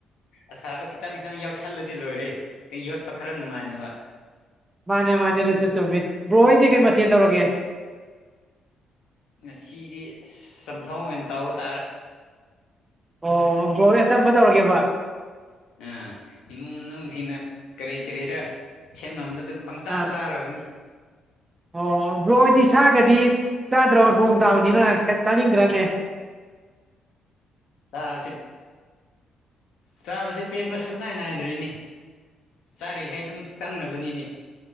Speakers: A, on the left (about 80°); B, on the right (about 20°).
A: ꯑꯁꯥꯕ ꯈꯤꯇꯪ ꯈꯤꯇꯪ ꯌꯥꯎꯁꯜꯂꯗꯤ ꯂꯣꯏꯔꯦ ꯌꯣꯠꯄ ꯈꯔ ꯅꯨꯡꯉꯥꯏꯅꯕ
B: ꯃꯥꯅꯦ ꯃꯥꯅꯦ ꯑꯗꯨꯁꯨ ꯆꯨꯝꯃꯤ ꯕ꯭ꯔꯣ ꯍꯣꯏꯗꯤ ꯀꯩ ꯃꯊꯦꯜ ꯇꯧꯔꯒꯦ
A: ꯉꯁꯤꯗꯤ ꯑꯁ ꯆꯝꯊꯣꯡ ꯑꯣꯏꯅ ꯇꯧꯕ ꯇꯥꯔꯦ
B: ꯑꯣ ꯕ꯭ꯔꯣ ꯍꯣꯏ ꯑꯆꯝꯕ ꯇꯧꯔꯒꯦꯕ
A: ꯑꯝ ꯏꯃꯨꯡ ꯃꯅꯨꯡꯁꯤꯡꯅ ꯀꯔꯤ ꯀꯔꯤꯔ ꯁꯦꯝꯅꯕꯗꯣ ꯑꯗꯨꯝ ꯄꯪꯆꯥ
B: ꯑꯪ
A: ꯆꯥꯔꯕꯅꯤ
B: ꯑꯣ ꯕ꯭ꯔꯣꯍꯣꯏꯗꯤ ꯁꯥꯒꯗꯤ ꯆꯥꯗ꯭ꯔꯣ ꯅꯣꯡ ꯇꯥꯕꯅꯤꯅ ꯈꯔ ꯆꯥꯅꯤꯡꯗ꯭ꯔꯅꯦ
A: ꯆꯥꯕꯁꯤ ꯆꯥꯕꯁꯤ ꯄꯦꯟꯕ ꯁꯨꯞ ꯅꯥꯏ ꯅꯥꯏꯗ꯭ꯔꯤꯅꯦ ꯆꯥꯔꯤꯈꯩ ꯑꯗꯨꯝ ꯆꯪꯅꯕꯅꯤꯅꯦ